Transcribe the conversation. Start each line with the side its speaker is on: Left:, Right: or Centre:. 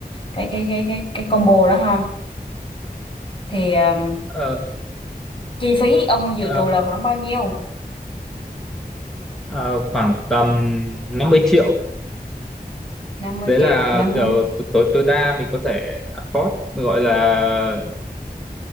Left: cái cái cái cái cái combo đó ha thì ừm,
Centre: Ờ,
Left: chi phí ông dự
Centre: ờ,
Left: trù là khoảng bao nhiêu
Centre: ờ, khoảng tầm 50 triệu.
Left: năm mươi
Centre: Đấy
Left: triệu
Centre: là
Left: 50
Centre: kiểu t- tối tối đa mình có thể afford gọi là